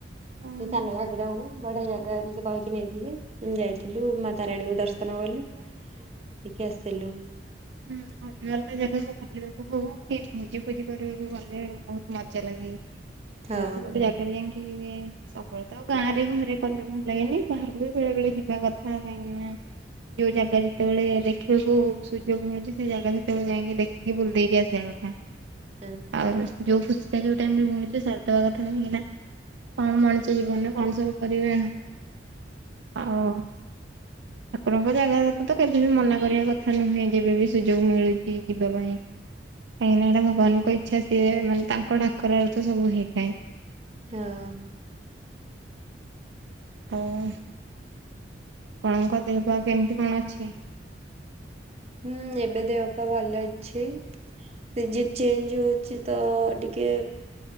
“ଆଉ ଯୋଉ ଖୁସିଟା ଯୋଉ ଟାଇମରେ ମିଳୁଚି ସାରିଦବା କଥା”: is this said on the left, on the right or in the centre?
Right